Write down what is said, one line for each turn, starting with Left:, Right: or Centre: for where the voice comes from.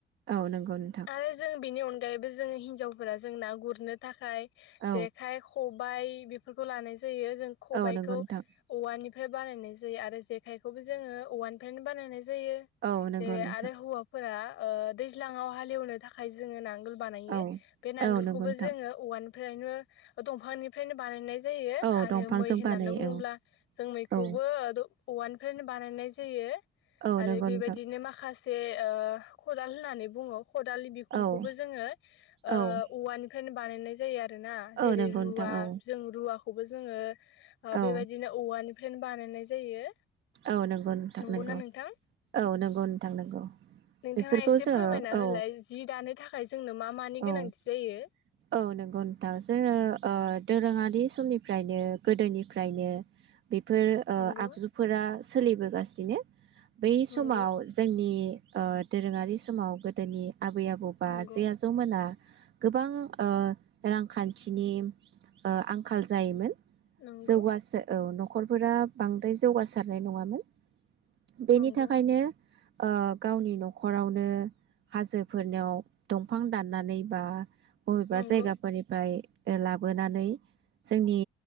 Right: औ नंगौ नोंथां
Left: आरो जों बिनि अन दायबो जों हिनजाव फोरा जों ना गुरनो थाखाय
Right: औ
Left: जेखाय ख बाय बेफोरखौ लानाय जायो जों खबायखौ
Right: औ नंगौ नोंथां
Left: औवानिफ्राय बानायनाय जायो आरो जेखाइखौबो जोङो औवानिफ्रायनो बानायनाय जायो
Right: औ नंगौ
Left: जेरै
Right: नोंथां
Left: आरो हौवाफोरा ओ दैज्लाङाव हालेवनो थाखाय जोङो नां गोल बानायो
Right: औ
Left: बे नांगोलखौबो
Right: औ नंगौ नोंथां
Left: जोङो औवानि फ्रायनो ओ दंफांनिफ्रायनो बानायनाय जायो
Right: औ
Left: आरो
Right: दंफांजों
Left: मै होननानै
Right: बानायो
Left: बुङोब्ला
Right: औ
Left: जों मैखौबो
Right: औ
Left: दं औवानि नो बानायनाय जायो
Right: औ
Left: आरो
Right: नंगौ
Left: बेबायदिनो
Right: नोंथां
Left: माखा जे ओ खदाल होननानै बुङो खदालनि बिखुंखौबो
Right: औ
Left: जोङो ओ
Right: औ
Left: औवानि फ्रायनो बानायनाय जायो आरो आरो ना
Right: औ
Left: जेरै
Right: नंगौ
Left: रुवा
Right: नोंथां औ
Left: जों रुवाखौ खौबो जोङो
Right: औ
Left: बेबायदिनो औवानि फ्रायनो बानायनाय जायो
Right: औ नोंगौ थां
Left: नंगौना
Right: नोंगौ
Left: नोंथां
Right: औ नोंगौ थां नंगौ
Left: नोंथाङा
Right: बेफोरखौ
Left: एसे
Right: जोङो
Left: फोरमायना
Right: औ
Left: होलाय जि दानो थाखाय जोंनो मा मानि
Right: औ
Left: गोनांथि जायो
Right: औ नंगौ नोंथां जोङो ओ दोरोङारि समनिफ्रायनो गोदोनिफ्रायनो बेफोर ओ
Left: नंगौ
Right: आगजु सोलिबोगासिनो बै
Left: नंगौ
Right: समाव जोंनि ओ दोरोङारि समाव गोदोनि आबै आबौ बा
Left: नंगौ
Right: बाजै आजौ मोना गोबां रांखान्थिनि आंखाल जायोमोन
Left: नंगौ
Right: जौगासो औ न'खरफोरा बांद्राय जौगासारनाय नङामोन बेनि
Left: नंगौ
Right: थाखायनो ओ गावनि नखरावनो हाजोफोरनियाव दंफां दाननानै बा बबेबा
Left: नंगौ
Right: जायगाफोरनिफ्राय लाबोनानै जोंनि